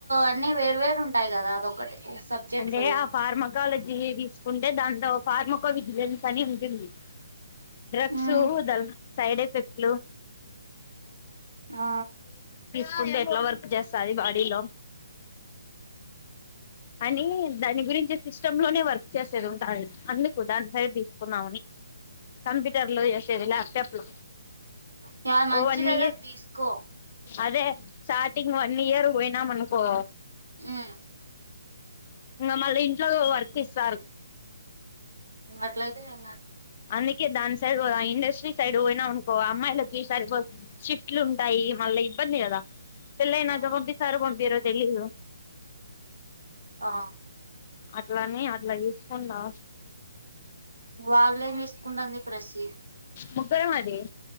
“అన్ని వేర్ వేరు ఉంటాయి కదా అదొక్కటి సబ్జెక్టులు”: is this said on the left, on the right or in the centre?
Right